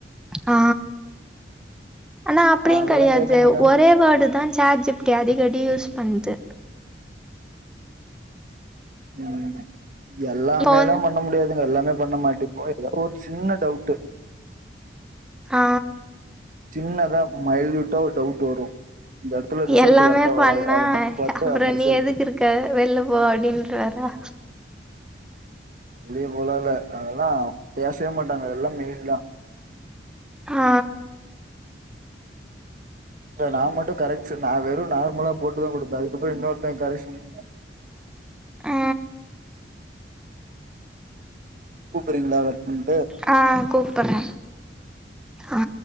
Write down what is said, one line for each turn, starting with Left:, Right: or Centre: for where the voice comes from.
Centre: அ ஆனா அப்படியு
Right: அதெல்லா
Centre: கெடயாது
Right: கேட்க மாட்டாங்க
Centre: ஒரே வேடு தா சேட் ஜி பி டி அடிக்கடி டியூஸ் பண்து
Right: ம் எல்லாமேலா
Centre: இப்போ வந்து
Right: பண்ண முடியாது எல்லாமே பண்ண மாட்டிப்போ‌ எதா ஒரு சின்ன டவுட்டு
Centre: ஆ
Right: சின்னதா மைல்யூட்டா ஒரு டவுட் வரு இந்த எடத்துல ரிசல்ட்
Centre: எல்லாமே
Right: கரெக்டா வராது
Centre: பண்ணா
Right: அத மட்டு பாத்து
Centre: அப்பூறோ
Right: அந்த ரிசல்ட்
Centre: நீ எதுக்கிருக்க வெள்ல போ அப்டின்ருவாரு அ
Right: வெளியே போலா இல்ல அதெல்லா பேசவே மாட்டாங்க எல்லா மெய்ல் தா
Centre: ஆ
Right: இல்ல நா மட்டு கரெக்ஷன் நா வெறு நார்மலா போட்டுதா குடுப்ப அதுக்கப்பற இன்னொர்த்தன் கரெக்ஷன்
Centre: அ
Right: கூப்புறீங்களா கட் பண்
Centre: அ கூப்பறே அ